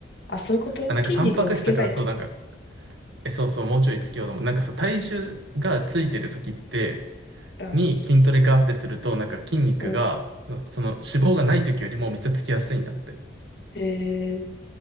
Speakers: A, on the left; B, on the right.
A: あ、そういうこと筋肉をつけたいってこ
B: あ、なんかタンパク質だからそう、なんか、え、そうそう、もうちょいつけようと思う。なんかさ、体重がついてる時って、
A: と。あ、
B: に筋トレガーってすると、なんか筋肉が、
A: うん。
B: その脂肪がない時よりもめっちゃつきやすいんだって。
A: へえ、